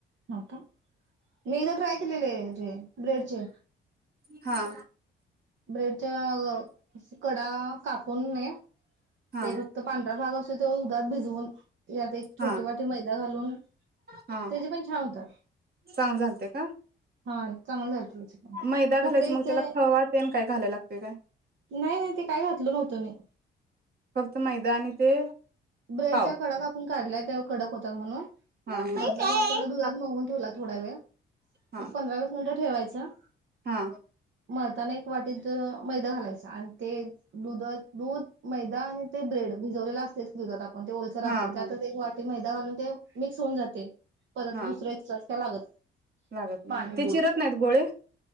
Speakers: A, on the right (about 70°); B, on the right (about 50°).
A: हो का. मी एकदा ट्राय केलेले म्हणजे ब्रेड चे.
B: हा.
A: ब्रेड च्या अ कडा कापून ने
B: हा
A: ते फक्त पांढरा भाग अस <unintelligible> भिजवून. यात एक
B: हा
A: छोटे वाटे मैदा घालून
B: हा
A: त्याचे पण छान होतात
B: चांगलं झालते का
A: हा. चांगलं. त्याचे पण
B: मैदा घालायचं
A: फक्त इथे
B: मग त्याला खवा तेन काय घालायला लागत. काय?
A: नाही नाही ते काय घातल नव्हतं मी.
B: फक्त मैदानी ते
A: ब्रेड
B: पाव
A: कडक आपण काढल्या त्या कडक होतात म्हणून
B: हा हा
A: मधलं मग तेवढा दुधात मिळवून ठेवला थोडा वेळ
B: हा
A: एक पंधरा वीस मिनिटं ठेवायच. जा.
B: हा.
A: मळताना एक वाटीत मैदा घालायचा आणि मग ते दुध दूध मैदा आणि ते ब्रेड भिजवलेला असतेच. दुधात. म्हणजे ओलर
B: हा
A: असते त्यातच
B: हा
A: एक वाटी मैदा घालून ते मिक्स होऊन जाते. परत
B: हा
A: दुसरेच त्या लागत.
B: लागत
A: पाणी
B: नाही ते
A: दूध
B: चिरत नाहीत गोळे